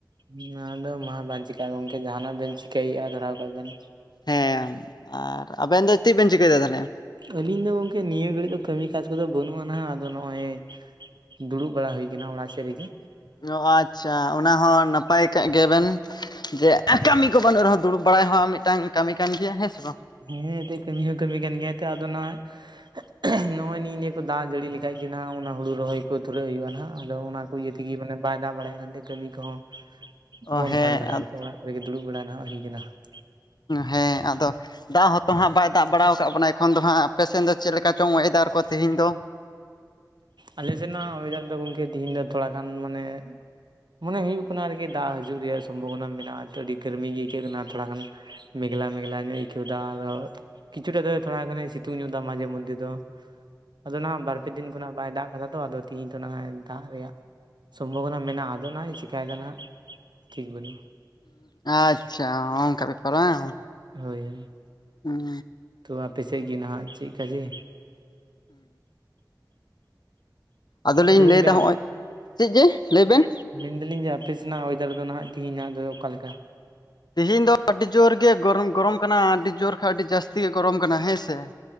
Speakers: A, on the right; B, on the left.
A: ᱱᱚᱣᱟ ᱫᱚ ᱢᱟ ᱵᱟᱝ ᱪᱤᱠᱟᱹᱜᱼᱟ ᱜᱚᱢᱠᱮ ᱡᱟᱦᱟᱱᱟᱜ ᱵᱮᱱ ᱪᱤᱠᱟᱹᱭᱮᱫᱼᱟ ᱫᱷᱚᱨᱟᱣ ᱠᱟᱜ ᱵᱮᱱ᱾
B: ᱦᱮᱸ ᱟᱨ ᱟᱵᱮᱱ ᱫᱚ ᱛᱮᱫ ᱵᱮᱱ ᱪᱤᱠᱟᱹᱭᱮᱫᱟ ᱛᱟᱦᱞᱮ
A: ᱟᱹᱞᱤᱧ ᱫᱚ ᱜᱚᱝᱠᱮ ᱱᱤᱭᱟᱹ ᱜᱷᱟᱹᱲᱤᱡ ᱫᱚ ᱠᱟᱹᱢᱤ ᱠᱟᱡᱽ ᱠᱚᱫᱚ ᱵᱟᱹᱱᱩᱜ ᱟ ᱱᱟᱦᱟᱜ ᱟᱫᱚ ᱱᱚᱜᱼᱚᱭ ᱫᱩᱲᱩᱵ ᱵᱟᱲᱟ ᱦᱩᱭ ᱟᱠᱟᱱᱟ ᱚᱲᱟᱜ ᱥᱮᱫ ᱨᱮᱜᱮ᱾
B: ᱚ ᱟᱪᱪᱷᱟ ᱚᱱᱟ ᱦᱚᱸ ᱱᱟᱯᱟᱭ ᱠᱟᱜ ᱜᱮᱭᱟ ᱵᱮᱱ᱾ ᱡᱮ ᱠᱟᱹᱢᱤ ᱠᱚ ᱵᱟᱹᱱᱩᱜ ᱨᱮᱦᱚᱸ ᱫᱩᱲᱩᱵ ᱵᱟᱲᱟᱭ ᱦᱚᱸ ᱢᱤᱫᱴᱟᱝ ᱠᱟᱹᱢᱤ ᱠᱟᱱ ᱜᱮᱭᱟ ᱦᱮᱸ ᱥᱮ ᱵᱟᱝ?
A: ᱦᱮᱸ ᱮᱱᱛᱮᱫ ᱠᱟᱹᱢᱤ ᱦᱚᱸ ᱠᱟᱹᱢᱤ ᱠᱟᱱ ᱜᱮᱭᱟ ᱟᱫᱚ ᱱᱟᱦᱟᱜ <unintelligible> ᱱᱚᱜᱼᱚᱭ ᱱᱤᱜ ᱱᱤᱭᱟᱹ ᱠᱚ ᱫᱟᱜ ᱡᱟᱹᱲᱤ ᱞᱮᱠᱷᱟᱡ ᱜᱮ ᱱᱟᱜᱷ ᱚᱱᱟ ᱦᱩᱲᱩ ᱨᱚᱦᱚᱭ ᱠᱚ ᱫᱷᱩᱨᱟᱹᱜ ᱦᱩᱭᱩᱜᱼᱟ ᱱᱟᱜᱷ ᱟᱫᱚ ᱚᱱᱟ ᱠᱚ ᱤᱭᱟᱹ ᱛᱮᱜᱮ ᱢᱟᱱᱮ ᱵᱟᱭ ᱫᱟᱜ ᱵᱟᱲᱟᱭᱮᱫᱟ ᱠᱟᱱᱛᱮ ᱠᱟᱹᱢᱤ ᱠᱚᱦᱚᱸ
B: ᱚ
A: ᱵᱚᱱᱫ
B: ᱦᱮᱸ
A: ᱛᱷᱟᱲ ᱟᱠᱟᱱᱟ ᱱᱤᱛᱚᱜ ᱚᱲᱟᱜ ᱠᱚᱨᱮᱜᱮ ᱫᱩᱲᱩᱵ ᱵᱟᱲᱟ ᱱᱟᱜᱷ ᱦᱩᱭ ᱟᱠᱟᱱᱟ ᱾
B: ᱦᱮᱸ ᱟᱫᱚ᱾ ᱫᱟᱜ ᱦᱚᱸᱛᱚ ᱦᱟᱸᱜ ᱵᱟᱭ ᱫᱟᱜ ᱵᱟᱲᱟᱟᱣ ᱟᱠᱟᱫ ᱵᱚᱱᱟ ᱮᱠᱷᱚᱱ ᱫᱚ ᱦᱟᱸᱜ ᱟᱯᱮ ᱥᱮᱱ ᱫᱚ ᱪᱮᱫ ᱞᱮᱠᱟ ᱪᱚᱝ ᱚᱦᱮᱫᱟᱨ ᱠᱚ ᱛᱮᱦᱮᱧ ᱫᱚ?
A: ᱟᱞᱮ ᱥᱮᱱᱟᱜ ᱚᱭᱮᱫᱟᱨ ᱫᱚ ᱜᱚᱢᱠᱮ ᱛᱤᱦᱤᱧ ᱫᱚ ᱛᱷᱚᱲᱟ ᱜᱟᱱ ᱢᱟᱱᱮ ᱢᱚᱱᱮ ᱦᱩᱭᱩᱜ ᱠᱟᱱᱟ ᱟᱨᱠᱤ ᱫᱟᱜ ᱦᱤᱡᱩᱜ ᱨᱮᱭᱟᱜ ᱥᱚᱢᱵᱷᱚᱵᱚᱱᱟ ᱢᱮᱱᱟᱜᱼᱟ ᱟᱹᱰᱤ ᱜᱟᱨᱢᱤ ᱜᱮ ᱟᱹᱭᱠᱟᱹᱜ ᱠᱟᱱᱟ ᱛᱷᱚᱲᱟ ᱜᱟᱱ ᱢᱮᱜᱷᱞᱟ ᱢᱮᱜᱷᱞᱟ ᱧᱚᱜ ᱟᱹᱭᱠᱟᱹᱣᱮᱫᱟ ᱟᱫᱚ ᱠᱤᱪᱷᱩ ᱴᱟᱜ ᱫᱚ ᱛᱷᱚᱲᱟ ᱜᱟᱱᱮ ᱥᱤᱛᱩᱝ ᱧᱚᱜ ᱮᱫᱟ ᱢᱟᱡᱷᱮ ᱢᱚᱫᱽᱫᱷᱮ ᱫᱚ ᱟᱫᱚ ᱱᱟᱜᱷ ᱵᱟᱨ ᱯᱮ ᱱᱟᱜ ᱵᱟᱭ ᱫᱟᱜ ᱠᱟᱫᱟ ᱛᱚ ᱟᱫᱚ ᱛᱤᱦᱤᱧ ᱛᱚ ᱱᱟ ᱫᱟᱜ ᱨᱮᱭᱟᱜ ᱥᱚᱢᱵᱷᱟᱵᱚᱱᱟ ᱢᱮᱱᱟᱜᱼᱟ ᱟᱫᱚ ᱱᱟᱜᱷ ᱪᱤᱠᱟᱹᱭᱮᱫᱟ ᱱᱟᱜᱷ ᱴᱷᱤᱠ ᱵᱟᱹᱱᱩᱜᱼᱟ᱾
B: ᱟᱪᱪᱷᱟ ᱚᱱᱠᱟ ᱵᱮᱯᱟᱨ ᱵᱟᱝ?
A: ᱦᱳᱭ ᱦᱳᱭ ᱾
B: ᱦᱩᱸ
A: ᱛᱚ ᱟᱯᱮ ᱥᱮᱫ ᱜᱮ ᱱᱟᱜᱷ ᱪᱮᱫ ᱠᱟ ᱡᱮ? <inaudible>
B: ᱟᱫᱚᱞᱤᱧ
A: ᱫᱩ ᱜᱚᱝᱠᱮ
B: ᱞᱟᱹᱭᱮᱫᱟ ᱦᱚᱸᱜᱼᱚᱭ ᱪᱮᱫ ᱡᱮ ᱞᱟᱹᱭᱵᱤᱱ
A: ᱢᱮᱱᱫᱟᱞᱤᱧ ᱡᱮ ᱟᱯᱮ ᱥᱮᱱᱟᱜ ᱚᱭᱮᱫᱟᱨ ᱫᱚ ᱱᱟᱜᱷ ᱛᱤᱦᱮᱧᱟᱜ ᱫᱚ ᱚᱠᱟᱞᱮᱠᱟ?
B: ᱛᱤᱦᱤᱧ ᱫᱚ ᱟᱹᱰᱤ ᱡᱳᱨ ᱜᱮ ᱜᱚᱨᱚᱢ ᱜᱚᱨᱚᱢ ᱠᱟᱱᱟ ᱟᱹᱰᱤ ᱡᱳᱨ ᱠᱷᱟᱱ ᱟᱹᱰᱤ ᱡᱟᱹᱥᱛᱤ ᱜᱮ ᱜᱚᱨᱚᱢ ᱠᱟᱱᱟ ᱦᱮᱸ ᱥᱮ <unintelligible>